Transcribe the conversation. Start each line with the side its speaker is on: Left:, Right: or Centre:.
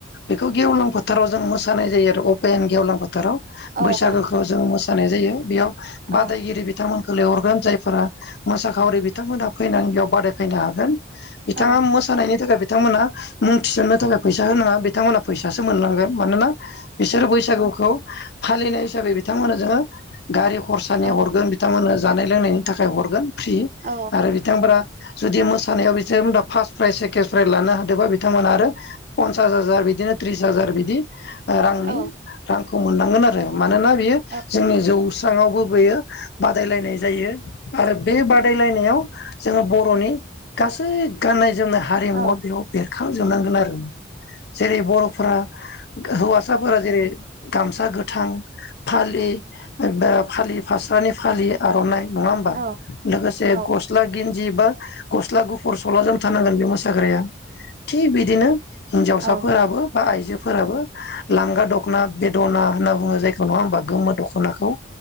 Left: बेखौ गेवलां फोथाराव जों मोसानाय जायो आरो अपेन गेवलां फोथाराव
Right: औ
Left: बैसागोखौ
Right: औ
Left: जों मोसा नाय जायो बेयाव
Right: औ
Left: बादायगिरि बिथांमोनखौ लेंहर गोन जायफोरा मोसाखावरि बिथांमोनहा फैनानै बेयाव बादायफैनो हागोन बिथाङा
Right: औ
Left: मोसानायनि थाखाय बिथांमोना मुं थिसननो थाखाय फैसा होनाङा बिथांमोना फैसासो मोनलाङो मानोना बिसोर बैसागुखौ फालिनाय हिसाबै बिथांमोना जोङो गारि खरसानि
Right: औ
Left: हरगोन बिथांमोननो जानाय लोंनायनि थाखाय हरगोन फ्रि
Right: औ
Left: आरो बिथांफोरा जुदि मोसानायाव बिसोर फार्स्ट प्राइज सेकेणड प्राइज लानो हादोंबा बिथांमोना आरो पन्सास हाजार बिदि त्रिस हाजार बिदि रांनि
Right: औ
Left: रांखौ मोननांगोन आरो मानोना बेयो
Right: औ
Left: जोंनि जौ स्राङावबो बेयो बादायलायनाय जायो आरो बे बादायलायनायाव जोङो बर'नि गासै गाननाय जोंनि हारिमुवा
Right: औ
Left: बेयाव बेरखांजोबनांगोन आरो जेरै बर'फोरा औ आसाफोर ज रै गामसा गोथां फालि फालि फास्रानि फालि आर'नाइ नङा होमबा
Right: औ
Left: लोगोसे
Right: औ
Left: गस्ला गन्ज बा गस्ला गुफुर सला ज थानांगोन बे मोसाग्राया थिग बिदिनो हिनजावसाफोराबो
Right: औ
Left: बा आइजोफोराबो लांगा दख'ना बेद'ना होनना बुङो जाय द नङा होमबा गोमो दख'नाखौ